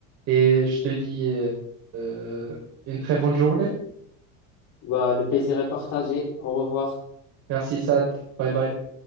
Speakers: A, on the right (about 45°); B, on the left (about 45°).
A: Et je te dis euh, euh, une très bonne journée.
B: Bah, le plaisir est partagé. Au revoir.
A: Merci, Sad. Bye bye.